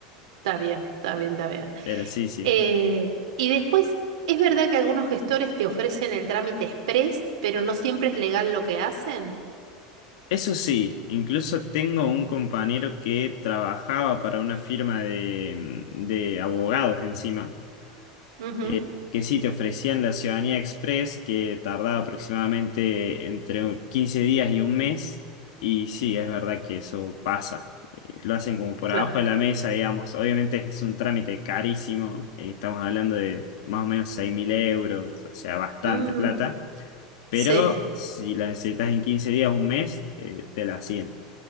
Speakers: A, on the right; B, on the left.
A: Está bien, está bien, está bien.
B: Pero sí, sí.
A: Eh, y después, ¿es verdad que algunos gestores te ofrecen el trámite express, pero no siempre es legal lo que hacen?
B: Eso sí, incluso tengo un compañero que trabajaba para una firma de, de abogados encima.
A: Ujú,
B: eh, que sí te ofrecían la ciudadanía express, que tardaba aproximadamente entre 15 días y un mes. Y sí, es verdad que eso pasa. Eh, lo hacen como por
A: claro.
B: abajo de la mesa, digamos. Obviamente es un trámite carísimo. eh, estamos hablando de más o menos seis mil euros, o sea, bastante
A: Mm,
B: plata. Pero
A: sí,
B: si la necesitas en 15 días, un mes, eh, te la hacen.